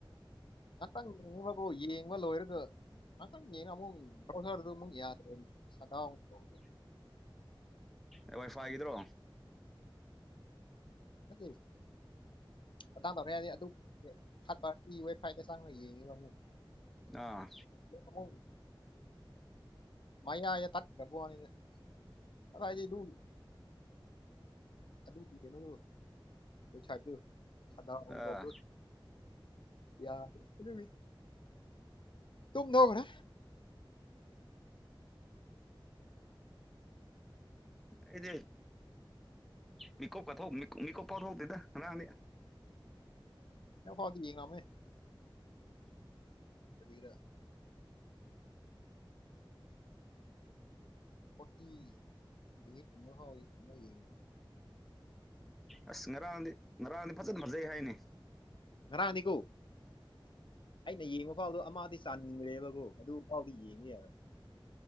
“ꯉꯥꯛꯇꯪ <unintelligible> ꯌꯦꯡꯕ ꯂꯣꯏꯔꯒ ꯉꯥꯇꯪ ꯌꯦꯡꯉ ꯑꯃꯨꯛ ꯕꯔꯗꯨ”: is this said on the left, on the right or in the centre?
Left